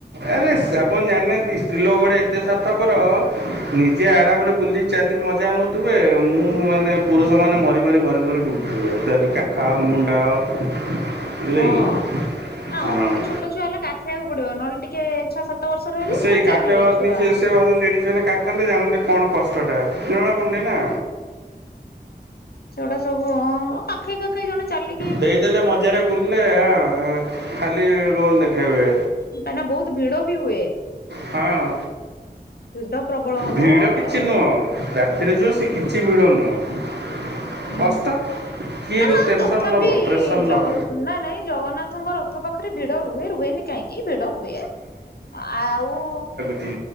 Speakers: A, on the right; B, on the left.
A: ଆରେ ସ ଆପଣ ଜାଣିନାହାଁନ୍ତି? ସ୍ତ୍ରୀ ଲୋକ ଗୋଡେ ଏତେ ସାର୍ଥପର, ନିଜେ ଆରାମରେ ବୁଲି ଚାଲି ମଜା ନେଉ ଥିବେ, ମୁଁ ମାନେ ପୁରୁଷମାନେମରି ମରି ମରି ମରି ବୁଲୁଥିବେ ଯଦି କାଖଅ ମୁଣ୍ଡାଅ ବୁଝିଲେ
B: ହଁ
A: କି
B: ନା
A: ହଁ।
B: ଅତି ଛୋଟ ଛୁଆ ହେଲା କାଖେଏଆକୁ ପଡିବ, ନହେଲେ ଟିକେ ଛଅ ସାତ ବର୍ଷର ହେଲେ
A: ସେଇ
B: ତ
A: କାଠ
B: ଚାଲିବେ ଛୁଆ।
A: ନିଜେ, ସେ ମାନେ ଲେଡିଜ୍ ମାନେ କା ଦେଖାନ୍ତେ, ଜାଣନ୍ତେ କଣ କଷ୍ଟଟା ଜଣାପଡୁନି ନା?
B: ସେଗୁଡ଼ା ସବୁ, ଅ କାଖେଇ କାଖେଇ ଜଣେ ଚାଲି
A: ଦେଇଦେଲେ ମଜାରେ ବୁଲିଲେ, ହାଁ ଖାଲି ରୋଲ ଦେଖେଇବେ।
B: କାଇଁନା ବହୁତ ଭିଡ ବି ହୁଏ।
A: ହଁ
B: ଭିଡ ପ୍ରବଳ ହବ
A: ଭିଡ଼ କିଛି
B: ଆଉ
A: ନୁହଁ ରାତିରେ ଯୋଉ, ସେ କିଛି ଭିଡ ନୁହଁ।
B: ହୁଁ
A: କଷ୍ଟ କିଏ
B: ନା ନାଇଁ
A: ଟେନସନ୍
B: ତଥାପି
A: ନେବ ପ୍ରେସର୍
B: ଜଗନ୍
A: ନେବ
B: ନ ନାଇଁ ଜଗନ୍ନାଥଙ୍କର ର ଆଖ ପାଖେରେ ଭିଡ ରୁହେ, ରୁହେନି କାହିଁକି? ଭିଡ ହୁଏ ଆଉ
A: ଛି